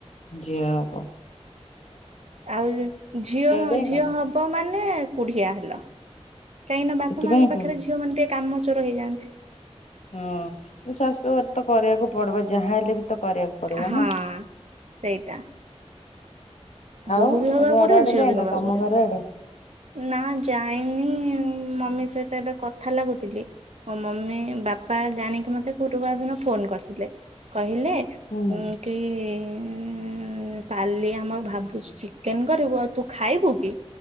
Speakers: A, on the left (about 80°); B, on the right (about 70°).
A: ଯିଆ ଅବ।
B: ଆଉ ଝିଅମ
A: ଯାଇନ
B: ଝିଅ ହବ ମାନେ, କୁଢିଆ ହେଲ। କାହିଁକି ନା ବାପା
A: ସେଥିପାଇଁ
B: ମାଆଙ୍କ ପାଖରେ
A: ବୁ
B: ଝିଅ ମାନେ ଟିକେ କାମଚୋର ହେଇଯାଆନ୍ତି।
A: ହଁ, ଶାଶୁ ଘରେ ତ କରିବାକୁ ପଡିବ। ଯାହାହଲେ ବି ତ କରିବାକୁ ପଡିବ
B: ହଁ
A: ନା।
B: ସେଇଟା।
A: ଆଉ
B: ବୋହୂ ବି ହବାକୁ
A: ଘର
B: ପଡିବ,
A: ଆଡେ
B: ଝିଅବି
A: ଯାଇନ
B: ହବାକୁ
A: ତମ
B: ପଡିବ।
A: ଘର ଆଡେ
B: ନା ଯାଇନି-ଇଁ। ମମି ସହିତ ଏବେ କଥା ଲାଗୁଥିଲି। ମୋ ମମି ବାପା ଜାଣିକି ମତେ ଗୁରୁବାର ଦିନ ଫୋନ କରିଥିଲେ। କ ଲେ,
A: ହୁଁ
B: କି-ଇଁ -ଇଁ -ଇଁ କାଲି ଆମର ଭାବ ତୁ ଚିକେନ କରିବୁ, ଆଉ ତୁ ଖାଇବୁ କି?